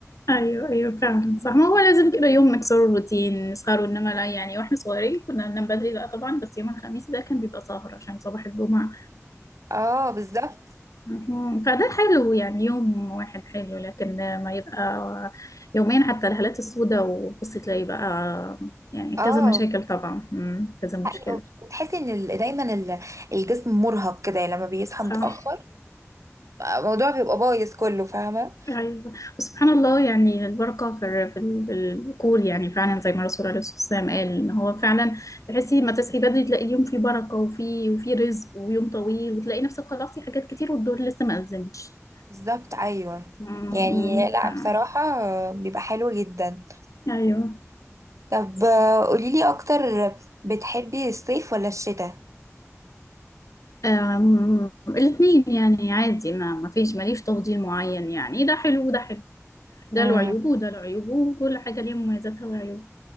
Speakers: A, on the left (about 90°); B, on the right (about 70°).
A: ايوه ايوه فعلا صح ما هو لازم كده يوم نكسر الروتين نسهروا انما لا يعني واحنا صغيرين كنا بننام بدري لا طبعا بس يوم الخميس ده كان بيبقى سهر عشان صباح الجمعة
B: اه بالظبط
A: مم. فده حلو يعني يوم واحد حلو لكن ما يبقى يومين حتى الهالات السوداء وبصي تلاقي بقى يعني
B: اه
A: كذا مشاكل طبعا مم. كذا مشكلة
B: حقيقة. وتحسي ان ال- دايما ال- الجسم مرهق كده يعني لما بيصحى
A: صح
B: متاخر الموضوع بيبقى بايظ كله فاهمه
A: ايوه وسبحان الله يعني البركه في الر- في ال- في الذكور يعني فعلا زي ما الرسول عليه الصلاه والسلام قال ان هو فعلا تحسي ما تصحي بدري تلاقي يوم فيه بركه وفي وفي رزق ويوم طويل وتلاقي نفسك خلصتي حاجات كتير والدور لسه ما اذنش
B: بالظبط ايوه
A: أمم،
B: يعني لا
A: فعلاً.
B: بصراحه بيبقى حلو جدا
A: ايوه
B: طب آه، قوليلي اكتر بتحبي الصيف ولا الشتاء
A: أم، الاتنين يعني عادي ما ما فيش ماليش تفضيل معين يعني ده حلو وده حلو ده
B: امم
A: له عيوبه وده له عيوبه وكل حاجه ليها مميزاتها وعيوبها